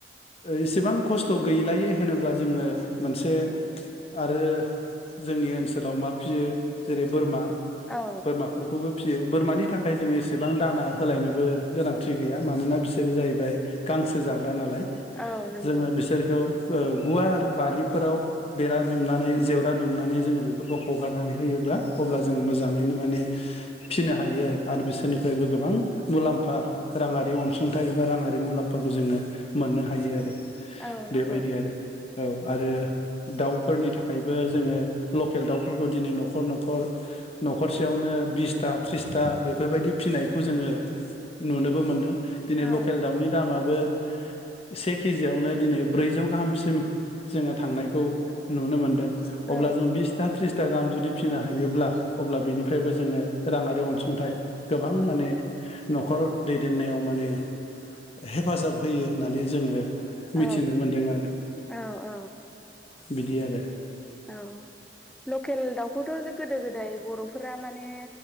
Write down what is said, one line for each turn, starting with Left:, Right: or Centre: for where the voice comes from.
Left: एसेबां खस्थ' गैलायो होनोब्ला जोङो मोनसे आरो जोंनि ओनसोलाव मा फियो जेरै बोरमा
Centre: औ
Left: बोरमाफोरखौबो फिसियो बोरमानि थाखाय जों एसेबां दाना होलायनो बो गोनांथि गैया मानोना बिसोरो जाहैबाय गांसो जाग्रा नालाय
Centre: औ नंगौ
Left: जोङो बिसोरखौ ओ गुवार बारिफोराव बेरा दुमनानै जेवरा दुमनानै जोङो बेफोरखौ हगारनानै होयोब्ला अब्ला जोङो मोजाङैनो माने फिसिनो हायो आरो आरो बिसोरनिफ्रायबो गोबां मुलाम्फा राङारि अनसुंथाइ बा राङारि मुलाम्फाखौ जोङो मोननो हायो आरो
Centre: औ
Left: बेबायदि
Centre: नंगौ
Left: आरो औ आरो दाउ फोरनि थाखायबो जोङो लकेल दाउफोरखौ दिनै न'खर न'खर न'खरसेयावनो बिस था थ्रिसथा बेफोरबायदि फिनायखौ जोङो नुनोबो मोनदों दिनै
Centre: औ
Left: लकेल दाउनि दामाबो से केजियाववनो दिनै ब्रैजौ गाहामसिम जोङो थांनायखौ नुनो मोनदों
Centre: औ
Left: अब्ला जों बिसथा थ्रिस था गाम जुदि फिनो हायोब्ला अब्ला बेनिफ्रायबो जोङो राङारि अनसुंथाइ गोबां माने न'खर दैदेननायाव माने हेफाजाब होयो होननानै जोङो मिथिनो
Centre: औ
Left: मोनदों आरो
Centre: औ औ
Left: बिदि आरो
Centre: औ लकेल दाउखौथ' गोदो गोदाय बर' फोरा माने